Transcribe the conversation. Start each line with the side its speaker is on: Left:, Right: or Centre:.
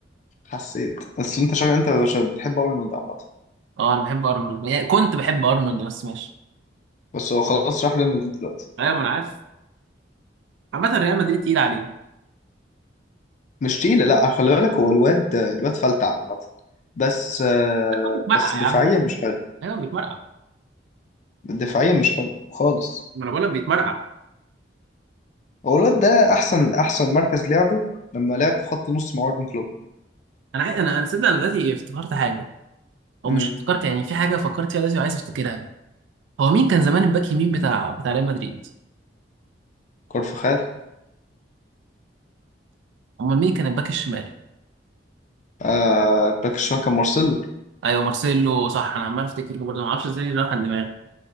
Left: حسيت بس أنت شكلك أنت يا باشا بتحب أرنولد عامة
Right: اه انا بحب ارنولد يعني كنت بحب ارنولد بس ماشي
Left: بس هو خلاص راح ريال مدريد دلوقتي
Right: ايوه ما انا عارف عامة ريال مدريد تقيل عليه
Left: مش تقيلة لا خلي بالك هو الواد الواد فلت عامة بس آه،
Right: هو بيتمرقع
Left: بس دفاعيا
Right: يا عم
Left: مش حلو
Right: ايوه بيتمرقع
Left: دفاعيا مش حلو خالص
Right: ما انا بقول لك بيتمرقع
Left: هو الواد ده أحسن أحسن مركز لعبه لما لعب في خط نص مع أوربن كلوب
Right: انا عاي... انا انا صدق انا دلوقتي افتكرت حاجه او
Left: امم
Right: مش افتكرت يعني في حاجه فكرت فيها دلوقتي وعايز افتكرها هو مين كان زمان الباك يمين بتاع بتاع ريال مدريد
Left: كارفخال
Right: امال مين كان الباك الشمال
Left: آه باك الشمال كان مارسيلو
Right: ايوه مارسيلو صح انا عمال افتكر له برضه ما اعرفش ازاي راح عن دماغي